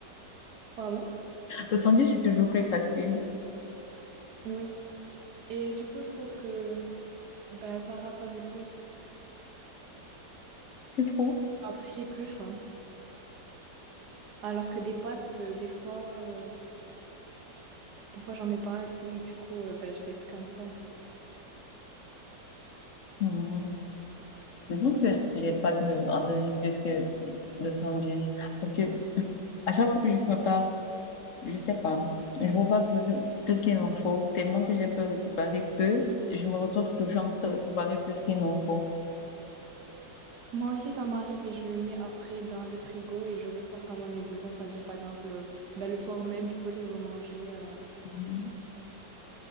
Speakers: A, on the right; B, on the left.
A: Pardon?
B: Le sandwich, c'est toujours plus facile.
A: Oui. Et surtout, je trouve que ben, ça rassasie plus.
B: Tu trouves?
A: Après, j'ai plus faim. Alors que des pâtes, euh, des fois, euh, des fois, j'en mets pas assez, et du coup, euh, ben, je reste comme ça.
B: Mhm. Je pense que les pâtes me rassaisent plus que le sandwich. Parce que à chaque fois que je prépare, je sais pas, je prépare plus plus qu'il en faut, tellement que j'ai peur de préparer peu, je me retrouve toujours en train de préparer plus qu'il n'en faut.
A: Moi aussi, ça m'arrive et je mets après dans le frigo et je ressors quand j'en ai besoin. C'est-à-dire, par exemple, euh, ben, le soir même, je peux les remanger. euh,
B: Mhm.